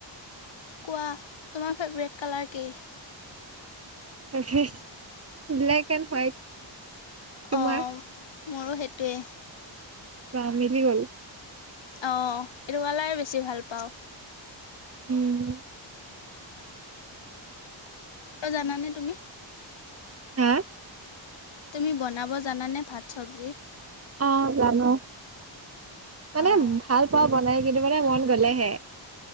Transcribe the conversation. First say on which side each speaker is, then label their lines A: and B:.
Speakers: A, on the left; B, on the right.
A: কোৱা তোমাৰ ফেভৰেট কালাৰ কি?
B: Favourite black and white. তোমাৰ
A: অ' মোৰো সেইটোৱে।
B: বা মিলি গ'ল।
A: অ', এইটো কালাৰ বেছি ভাল পাওঁ।
B: উম,
A: কিয় জানানে তুমি?
B: হা
A: তুমি বনাব জানানে ভাত সবজি?
B: অ', জানো। মানে
A: অ'
B: ভাল পাওঁ বনাই কিন্তু মানে মন গলেহে।